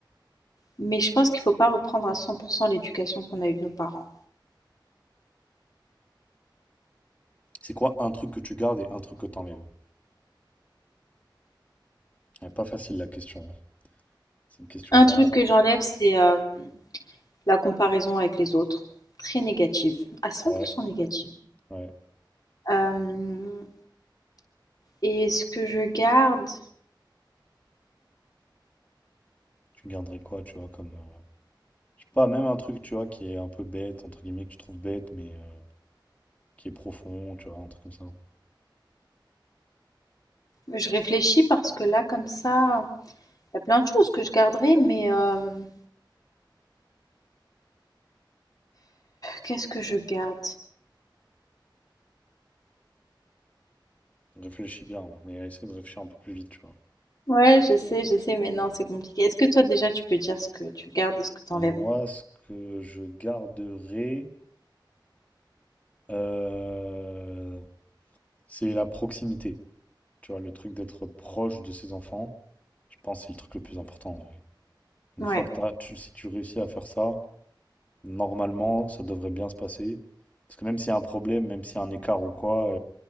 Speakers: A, on the left; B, on the left.
A: mais je pense qu'il faut pas reprendre à 100% l'éducation qu'on a eue de nos parents.
B: C'est quoi un truc que tu gardes et un truc que t'enlèves? Ouais, pas facile la question. hein. C'est une question
A: Un
B: vraiment.
A: truc que j'enlève, c'est euh, la comparaison avec les autres. Très négative, à cent
B: Ouais,
A: pour cent négative.
B: ouais.
A: Hem et est-ce que je garde?
B: Tu garderais quoi, tu vois, comme. euh, Je sais pas, même un truc, tu vois, qui est un peu bête, entre guillemets, que tu trouves bête, mais euh, qui est profond, tu vois, un truc comme ça.
A: Je réfléchis parce que là, comme ça, il y a plein de choses que je garderai, mais hem, qu'est-ce que je garde?
B: Réfléchis bien, hein, mais essaie de réfléchir un peu plus vite, tu vois.
A: Ouais, je sais, je sais, mais non, c'est compliqué. Est-ce que toi, déjà, tu peux dire ce que tu gardes et ce que tu
B: Alors,
A: enlèves?
B: Moi, ce que je garderai, euh, c'est la proximité. Tu vois, le truc d'être proche de ses enfants, je pense que c'est le truc le plus important en vrai. Une
A: Ouais,
B: fois que t'as- tu, si tu réussis à faire ça, normalement, ça devrait bien se passer. Parce que même s'il y a un problème, même s'il y a un écart ou quoi,